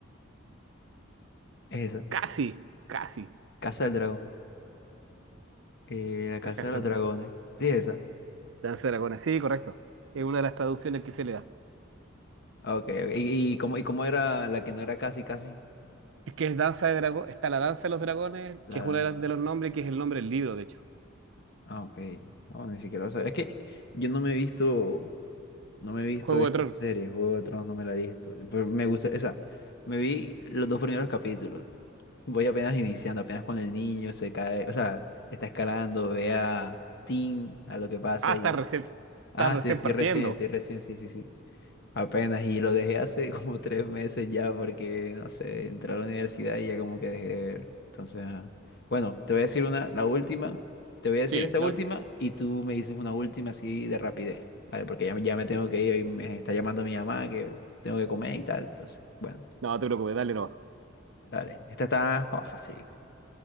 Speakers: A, on the left (about 55°); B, on the right (about 65°).
A: es esa.
B: Casi, casi.
A: Casa del Dragón. Eh, la Casa
B: Acá es
A: de los
B: el
A: Dragones.
B: dragón.
A: Sí, es esa.
B: Danza de dragones, sí, correcto. Es una de las traducciones que se le da.
A: Ah, Ok, ok. ¿Y, y cómo, y cómo era la que no era casi, casi?
B: Es que es Danza de Dragón, está la Danza de los Dragones,
A: La
B: que es
A: danza.
B: uno de, de los nombres, que es el nombre del libro, de hecho.
A: Ah, ok. No, ni siquiera lo sabía. Es que yo no me he visto, no me he visto
B: Juego
A: esa
B: de Tronos.
A: serie, Juego de Tronos, no me la he visto. Pero me gusta, esa. Me vi los dos primeros capítulos. Voy apenas iniciando, apenas cuando el niño se cae, o sea, está escalando, ve a Tim, a lo que pasa
B: Ah,
A: ahí.
B: estás recién, estás
A: Ah, estoy,
B: recién
A: estoy
B: partiendo.
A: recién, estoy recién, sí, sí, sí. Apenas, y lo dejé hace <laughs> como tres meses ya porque, no sé, entré a la universidad y ya como que dejé de ver. Entonces, ajá. Bueno, te voy a decir una, la última, te voy a decir
B: Sí,
A: esta
B: la-
A: última y tú me dices una última así de rapidez, ¿vale? Porque ya, me- ya me tengo que ir y me está llamando mi mamá que tengo que comer y tal. Entonces, bueno,
B: no te preocupes, dale no.
A: dale. Esta está, oh, fácil.